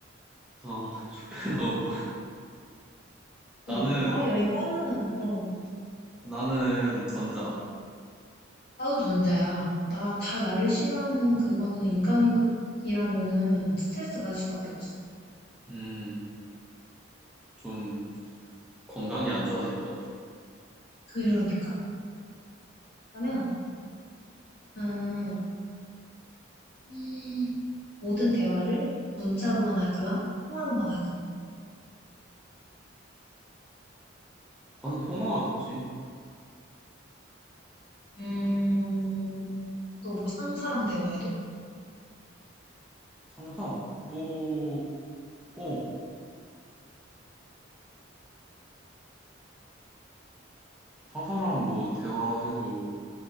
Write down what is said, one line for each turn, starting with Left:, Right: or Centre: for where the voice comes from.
Centre: 어, <laughs> 쇼펜하우어. <laughs> 나는
Left: 어, 아, 야, 이거는, 어,
Centre: 나는 전자.
Left: 나도 전자야. 나, 다 나를 싫어하는 그거는 인간이라면은 스트레스 받을 수밖에 없어.
Centre: 음, 좀 건강이 안 좋아질 것 같아.
Left: 그러니까. 그러면, 음, 음, 모든 대화를 문자로만 하기와 통화로만 하기.
Centre: 나는 통화가 낫지.
Left: 음, 또 뭐 상사랑 대화해도?
Centre: 상사 뭐, 어, 상사랑 뭐 대화해도